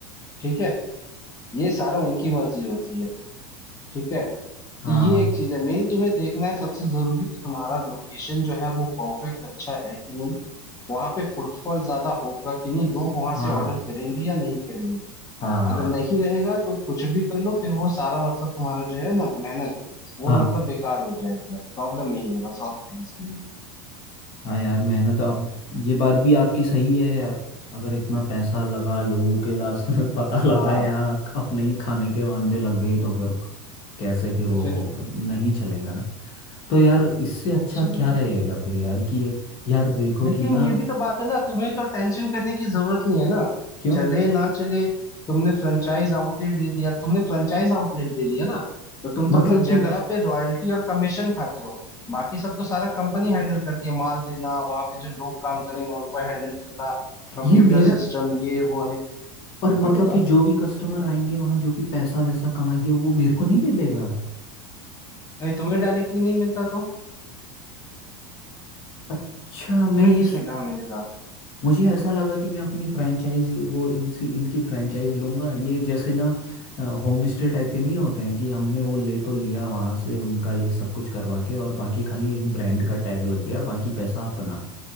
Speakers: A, on the left; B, on the left.
A: ठीक है ये सारा उनकी मर्जी होती है ठीक है तो
B: हाँ
A: ये एक चीज है मेन तुम्हें देखना है सबसे जरूरी कि तुम्हारा लोकेशन जो है वो परफेक्ट अच्छा है कि नहीं वहां पे फुटफॉल ज्यादा होगा कि नहीं लोग वहां
B: हाँ
A: से ऑर्डर करेंगे या नहीं करेंगे
B: हाँ
A: अगर नहीं रहेगा तो कुछ भी कर लो फिर वो सारा मतलब तुम्हारा जो है ना मेहनत वो
B: हाँ
A: मतलब बेकार हो जाएगी प्रॉब्लम यही है बस और कोई रीजन नहीं
B: हाँ यार मेहनत आप ये बात भी आपकी सही है यार अगर इतना पैसा लगा लोगों के लास्ट में पता लगा
A: हाँ
B: यहाँ अपने ही खाने के वांदे लग गए तो फिर कैसे फिर वो
A: तो फिर
B: होगा नहीं चलेगा ना तो यार इससे अच्छा
A: चलो।
B: क्या रहेगा फिर यार कि ये यार देखो
A: लेकिन
B: कि ना
A: ये भी तो बात है ना तुम्हें तो टेंशन करने की जरूरत नहीं है ना
B: क्यों
A: चले ना चले तुमने फ्रेंचाइज आउटलेट दे दिया तुमने फ्रेंचाइज आउटलेट दे दिया ना तो तुम
B: मतलब
A: तो अपना
B: कि
A: जगह पे रॉयल्टी और कमीशन खाते हो बाकी सब तो सारा कंपनी हैंडल करती है माल देना वहां पे जो लोग काम करेंगे उनको हैंडल करना कंप्यूटर
B: ये मेरा
A: सिस्टम ये वो है
B: और मतलब
A: हाँ बताओ
B: कि जो भी कस्टमर आएंगे वहाँ जो भी पैसा वैसा कमाएंगे वो मेरे को नहीं मिलेगा
A: नहीं तुम्हें डायरेक्टली नहीं मिलता तो
B: अच्छा मैं
A: तुम्हें
B: ये
A: किसने
B: सो-
A: कहा मिलेगा
B: मुझे ऐसा लगा कि मैं अपनी फ्रैंचाइज वो इनसी इनकी फ्रैंचाइज लूंगा ये जैसे ना होम स्टे टाइप के नहीं होते हैं कि हमने वो ले तो लिया वहां से उनका ये सब कुछ करवा के और बाकी खाली एक ब्रांड का टैग लग गया बाकी पैसा अपना